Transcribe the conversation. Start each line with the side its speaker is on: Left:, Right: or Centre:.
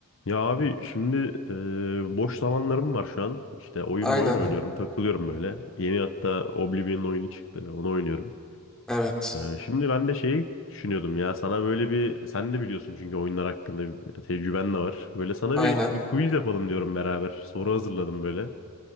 Left: Ya abi şimdi e, boş zamanlarım var şu an. İşte oyun
Centre: Aynen.
Left: oyun oynuyorum, takılıyorum böyle. Yeni hatta Oblivion oyunu çıktı, onu oynuyorum.
Centre: Evet.
Left: E, şimdi ben de şeyi düşünüyordum ya sana böyle bir, sen de biliyorsun çünkü oyunlar hakkında bir tecrüben de var. Böyle sana
Centre: Aynen.
Left: bir, bir quiz yapalım diyorum beraber. Soru hazırladım böyle.